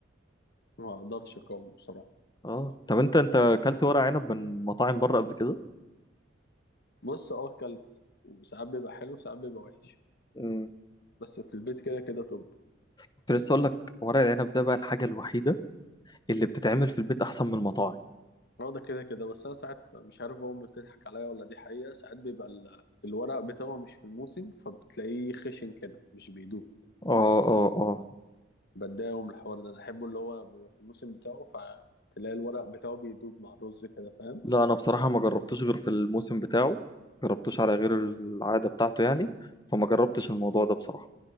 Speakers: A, on the left; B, on the left.
A: ما اقدرش اقاومه بصراحه
B: اه طب انت انت اكلت ورق عنب من مطاعم بره قبل كده
A: بص اه اكلت وساعات بيبقى حلو وساعات بيبقى وحش
B: مم.
A: بس في البيت كده كده طب
B: كنت لسه اقول لك ورق العنب ده بقى الحاجه الوحيده اللي بتتعمل في البيت احسن من المطاعم
A: اه ده كده كده بس انا ساعات مش عارف امي بتضحك عليا ولا دي حقيقه ساعات بيبقى ال- الورق بتاعه مش في الموسم فبتلاقيه خشن كده مش بيدوب
B: اه اه اه
A: بتضايق من الحوار ده انا احبه اللي هو بيبقى في الموسم بتاعه فتلاقي الورق بتاعه بيدوب مع الرز كده فاهم
B: لا انا بصراحه ما جربتوش غير في الموسم بتاعه جربتوش على غير العاده بتاعته يعني فما جربتش الموضوع ده بصراحه